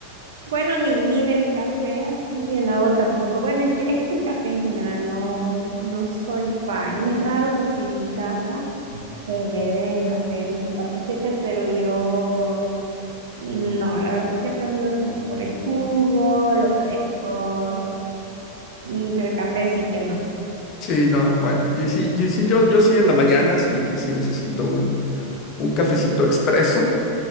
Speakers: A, on the right; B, on the left.
A: Bueno, ni, ni del café así helado tampoco. Bueno, es que, es que el café en general no, no soy fan. Y es raro porque en mi casa eh, beben café veinticuatro siete, pero yo no, la verdad siempre me he ido como por el jugo, los frescos, mm, el café sí que no.
B: Sí, no, bueno, y sí, y sí, yo, yo sí en la mañana sí, sí necesito un, un cafecito expreso